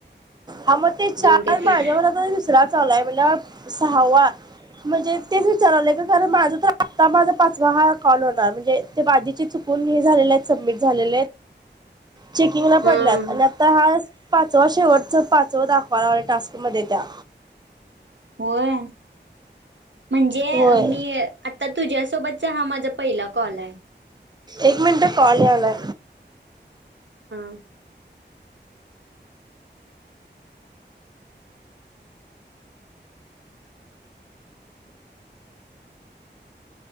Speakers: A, on the right; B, on the right.
A: हा म ते चार
B: दोन काय तीन
A: माझ्या बरोबर दुसरा चालू आहे म्हणल्या वर सहावा म्हणजे तेच विचाराय लागलोय ग कारण माझ तर आता माझा पाचवा हा कॉल होणार म्हणजे ते बाधीचे चुकून हे झालेले आहेत सबमिट झालेले आहेत. चेकिंगला
B: हा
A: पडल्यात
B: हा
A: आणि आता हा पाचवा शेवटच पाचवा दाखवायलावला टास्क मध्ये त्या.
B: होय. म्हणजे
A: होय
B: मी आता तुझ्यासोबतचा हा माझा पहिला कॉल हाय.
A: एक मिनिट कॉल याला.
B: हा.